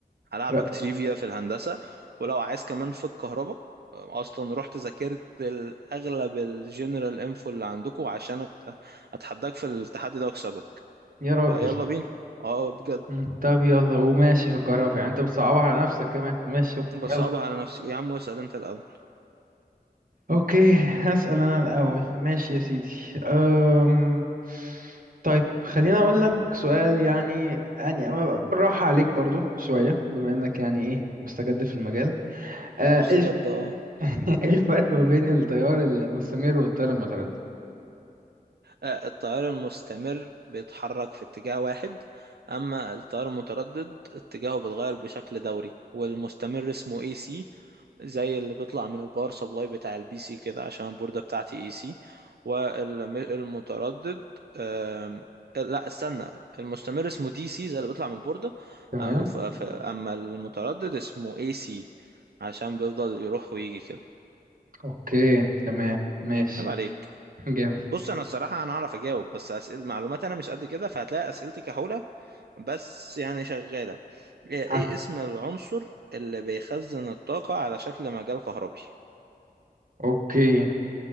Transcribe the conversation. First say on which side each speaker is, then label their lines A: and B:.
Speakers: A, on the right; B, on the right.
A: هلعبك
B: لا
A: تريفيا في الهندسة ولو عايز كمان في الكهرباء اصلا رحت ذاكرت ال- اغلب الجنرال انفو اللي عندكم عشان أت- اتحداك في التحدي ده واكسبك
B: يا راجل
A: فيلا بينا اه بجد
B: مم، طب يلا وماشي في الكهرباء يعني انت بتصعبها على نفسك كمان ماشي
A: بصعبها
B: يلا
A: على نفسي يا عم اسأل انت الاول
B: اوكي هسأل انا الاول ماشي يا سيدي أم... طيب خليني اقول لك سؤال يعني يعني أما بالراحة عليك برضو شوية بما انك يعني ايه مستجد في المجال أه،
A: مستجد
B: ايه الف-
A: اه
B: <laughs> إيه الفرق ما بين التيار المستمر والتيار المتردد
A: آه، التيار المستمر بيتحرك في اتجاه واحد أما التيار المتردد اتجاهه بيتغير بشكل دوري والمستمر اسمه اي سي زي اللي بيطلع من الباور سبلاي بتاع البي سي كده عشان البوردة بتاعتي اي سي والمتردد آم، لا استنى المستمر اسمه دي سي زي اللي بيطلع من البوردة
B: تمام
A: آه، ف- ف- أما المتردد اسمه اي سي عشان بيفضل يروح ويجي كده
B: اوكي تمام ماشي
A: عيب عليك
B: <laughs> جامد
A: بص انا الصراحه انا اعرف اجاوب بس اسئله معلومات انا مش قد كده فهتلاقي اسئلتي كحوله بس يعني شغاله ايه إيه
B: ها
A: اسم العنصر اللي بيخزن الطاقه على شكل مجال كهربي
B: اوكي